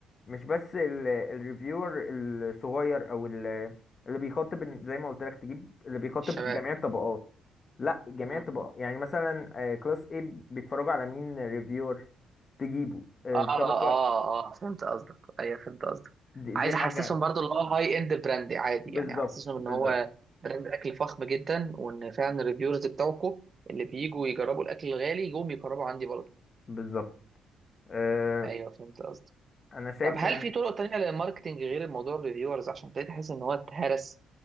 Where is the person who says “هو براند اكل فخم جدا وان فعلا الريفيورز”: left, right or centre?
Right